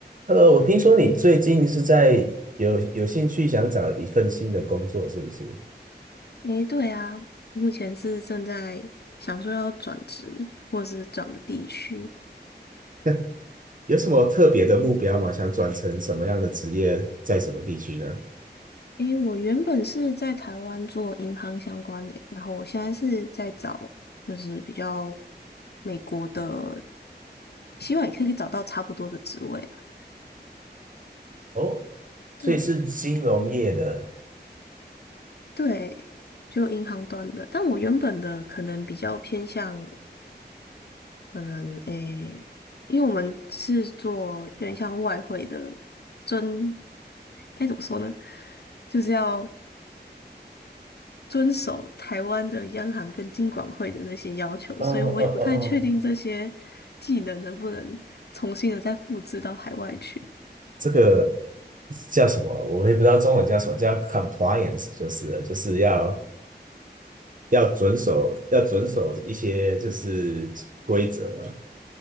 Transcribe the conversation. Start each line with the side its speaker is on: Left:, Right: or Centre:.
Right: 呃，我听说你最近是在有有兴趣想找一份新的工作，是不是？
Left: 诶，对啊，目前是正在想说要转职，或是转个地区。
Right: <laughs> 有什么特别的目标吗？想转成什么样的职业，在什么地区呢？
Left: 诶，我原本是在台湾做银行相关的，然后我现在是在找，就是比较美国的，希望也可以找到差不多的职位了。
Right: 哦，
Left: 对
Right: 所以是金融业的，
Left: 对，就银行端的，但我原本的可能比较偏向。可能诶，因为我们是做有点像外汇的遵，该怎么说呢？就是要遵守台湾的央行跟金管会的那些要求，
Right: 呃呃呃呃，
Left: 所以我也不太确定这些技能能不能重新的再复制到海外去。
Right: 这个叫什么？我也不知道中文叫什么，叫 compliance 就是了就是要要遵守要遵守一些就是规则，